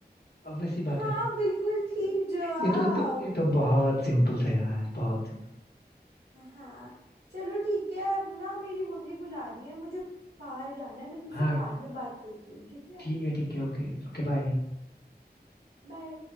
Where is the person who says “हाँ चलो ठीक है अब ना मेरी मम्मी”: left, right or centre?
Right